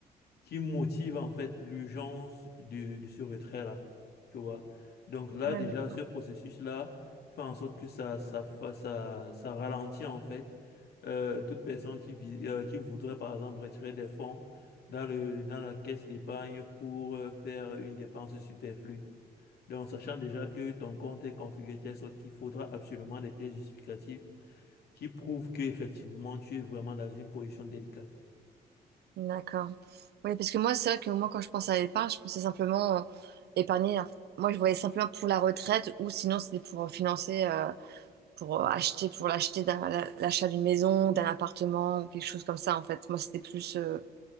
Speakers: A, on the left; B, on the right.
A: qui motive en fait l'urgence de, de ce retrait-là, tu vois. Donc là,
B: Ouais,
A: déjà,
B: d'accord.
A: ce processus-là fait en sorte que ça, ça, fa- ça, ça ralentit en fait euh, toute personne qui, vit- euh, qui voudrait par exemple retirer des fonds dans le, dans la caisse d'épargne pour euh, faire une dépense superflue. Donc, sachant déjà que ton compte est configuré de telle sorte qu'il faudra absolument des pièces justificatives qui prouvent qu'effectivement tu es vraiment dans une position délicate.
B: D'accord. Oui, parce que moi, c'est vrai que moi, quand je pense à l'épargne, je pensais simplement euh, épargner. Enfin, Moi, je voyais simplement pour la retraite ou sinon, c'était pour euh, financer, euh, pour euh, acheter, pour l'acheter d'un- la- l'achat d'une maison, d'un appartement ou quelque chose comme ça, en fait. Moi, c'était plus. euh,